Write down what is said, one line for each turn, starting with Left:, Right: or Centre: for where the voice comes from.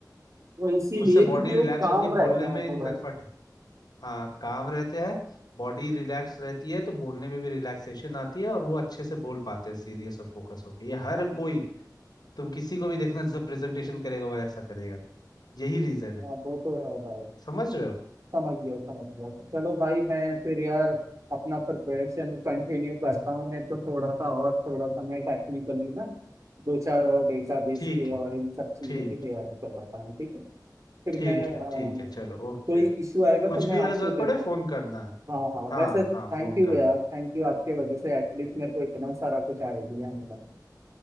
Right: वो इसीलिए
Left: उससे
Right: क्योंकि
Left: बॉडी रिलैक्स
Right: वो काम
Left: होती है
Right: रहते
Left: बोलने
Right: हैं
Left: में इनकम्फर्ट
Right: पूरा
Left: हाँ काम रहते हैं बॉडी रिलैक्स रहती है तो बोलने में भी रिलैक्सेशन आती है और वो अच्छे से बोल पाते हैं सीरियस और फोकस होके ये हर
Right: हाँ
Left: कोई तुम किसी को भी देखना जो प्रेजेंटेशन करेगा वो ऐसा करेगा यही रीजन है
Right: हाँ वो तो है भाई
Left: समझ रहे हो
Right: समझ गया समझ गया तो चलो भाई मैं फिर यार अपना प्रिपरेशन कंटिन्यू करता हूँ मैं तो थोड़ा सा और थोड़ा सा मैं टेक्निकली ना दो चार और डेटाबेस
Left: ठीक
Right: के
Left: है
Right: और इन सब चीज़ों
Left: ठीक
Right: की तैयारी कर रहा हूँ ठीक है फिर
Left: ठीक
Right: मैं अ,
Left: है ठीक है चलो ओके
Right: कोई इशू आएगा
Left: कुछ
Right: तो मैं
Left: भी
Right: आपको
Left: अगर जरूरत पड़े
Right: जब
Left: फोन करना
Right: हाँ हाँ
Left: हाँ
Right: वैसे थैंक
Left: हाँ फोन
Right: यू
Left: करना
Right: यार थैंक यू आपके वजह से एटलीस्ट मेरे को इतना सारा कुछ आइडिया मिला